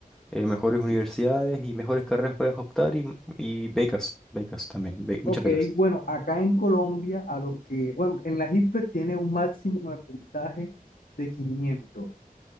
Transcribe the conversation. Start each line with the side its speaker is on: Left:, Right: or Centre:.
Centre: eh, mejores universidades y mejores carreras puedes optar y, y becas, becas también, be- muchas
Left: Ok,
Centre: becas.
Left: bueno, acá en Colombia, a los que, bueno, en la ICFES tiene un máximo de puntaje de 500,